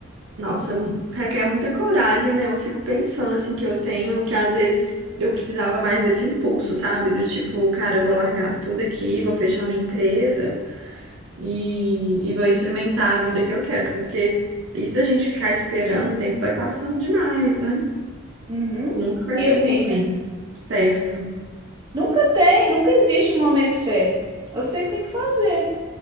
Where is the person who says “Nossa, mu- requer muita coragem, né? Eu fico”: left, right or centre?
Right